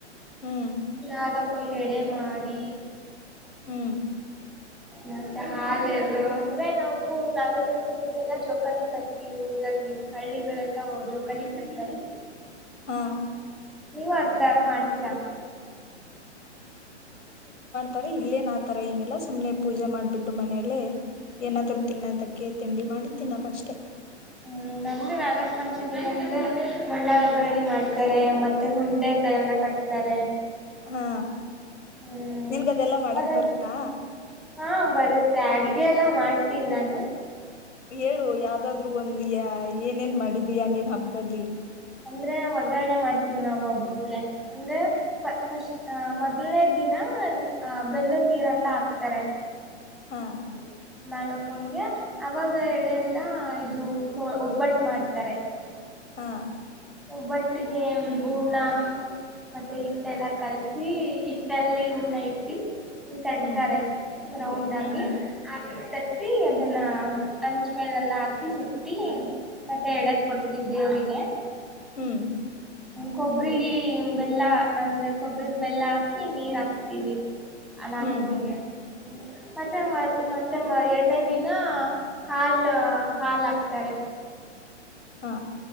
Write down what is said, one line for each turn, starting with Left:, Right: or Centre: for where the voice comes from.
Left: ಹ್ಮ್
Centre: ಗ <unintelligible> ಒಂದ್ ಎಡೆ ಮಾಡಿ
Left: ಹ್ಮ್
Centre: ಮತ್ತೆ ಹಾಲ ಎರ್ದು ಅಂದ್ರೆ ನಾವು ನಾಗರ್ ಪಂಚಮಿಗೆಲ್ಲಾ ಜೋಕಲಿ ಕಟ್ತೀವಿ ಊರಲ್ಲಿ ಹಳ್ಳಿಗಳೆಲ್ಲಾ ಜೋಕಲಿ ಕಟ್ತಾರೆ.
Left: ಹಾ
Centre: ನೀವು ಅತಾರ ಮಾಡ್ತೀರಾ.
Left: ತರಿ ಇಲ್ಲೇನ್ ಆ ತರ ಏನಿಲ್ಲ ಸು್ನೆ ಪೂಜ ಮಾಡ. ಬಿಟ್ಟು ಮನೇಲ್ಲ ಏನಾದ್ರು ತಿನ್ನೋದಕ್ಕೆ ತಿಂಡಿ ಮಾಡಿ ತಿನ್ನೋದಷ್ಟೇ.
Centre: ಹ್ಮ ನಮ್ದು ನಾಗರ ಪಂಚಮಿ ಅಂದೆ ಮಂಡಲ್ ಒಗ್ಗರಣಿ ಮಾಡ್ತಾರೆ ಮತ್ತೆ ಹುಂಡೆಗಳೆಲ್ಲ ಕಟ್ತಾರೆ.
Left: ಹಾ
Centre: ಹ್ಮ್
Left: ನಿನ್ಗದೆಲ್ಲಾ ಮಾಡಕ್
Centre: ಅದನ್ನು
Left: ಬರುತ್ತಾ
Centre: ಹಾ ಬರುತ್ತೆ ಅಡ್ಗೆ ಎಲ್ಲ ಮಾಡ್ತ ತಿನ್ನಾನು.
Left: ಹೇಳು ಯಾವ್ದಾದ್ರು ಒಂದ್ ಯ ಏನೇನ್ ಮಾಡಿದೀಯಾ ನೀನ್ ಹಬ್ಬದಲ್ಲಿ.
Centre: ಅಂದ್ರೆ ಒಗ್ಗರಣೆ ಮಾಡ್ತ ವ್ ನಾವ ಒಬ್ಬಕ್ಕೆ ಅಂದ್ರೆ ಫಸ್ಟ್ ಅ ಮೊದಲ್ನೇ ದಿನ ಅ ಬೆಲ್ಲದ ನೀರ್ ಅಂತ ಹಾಕ್ತಾರೆ. <unintelligible>
Left: ಹಾ
Centre: ಪಂಗೆ ಅವಾಗ ಎಡೆ ಎಲ್ಲಾ ಇದು ಒಬ್ಬಟ್ಟು ಮಾಡ್ತಾರೆ.
Left: ಹಾಂ.
Centre: ಒ ಬಟ್ಟಿಗೆ ಊರಣ- ಮತ್ತೆ ಹಿಟ್ಟೆಲ್ಲ ಕಲ್ಸಿ ಹಟ್ಟಲ್ಲಿ ಊರ್ಣ ಇಟ್ಟಿ ತಡ್ತಾರೆ
Left: ಹ್ಮ್
Centre: ರೌಂಡ್
Left: ಹ್ಮ್
Centre: ಆಗಿ ಹತ್ತಿ ಅದನ್ನ ಅಂಚ ಮೇಲೆ ಎಲ್ಲಾ ಹಾಕಿ ಸುಟ್ಟಿ ಮತ್ತೆ ಎಡಕ್ ಕೊಡ್ತವ್ ದೇವ್ರಿಗೆ
Left: ಹ್ಮ್
Centre: ಕೊಬ್ಬರಿ ಇಲ್ಲಿ ಬೆಲ್ಲ ಅಂದ್ರೆ ಕೊಬ್ಬರಿಲ್ ಬೆಲ್ಲ ಹಾಕಿ ನೀರ್ ಹಾಕ್ತಿೀವಿ ಅನಾಗಪ್ಪೂಗೆ
Left: ಹ್ಮ್
Centre: ಮತ್ತೆ ಮ ಮತ್ತೆ ಮ ಎರಡನೇ ದಿನ ಹಾಲ್ ಹಾಲ್ ಹಾಕ್ತಾರೆ
Left: ಹಾ